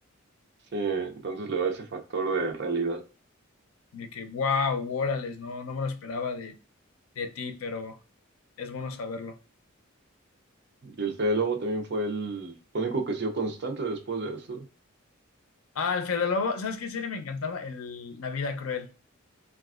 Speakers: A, on the right; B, on the left.
A: Sí, entonces le da ese factor de realidad.
B: De que, wow, órales, no, no me lo esperaba de, de ti, pero es bueno saberlo.
A: Y el Fede Lobo también fue el único que siguió constante después de eso.
B: Ah, el Fede Lobo, ¿sabes qué serie me encantaba? El, La vida cruel.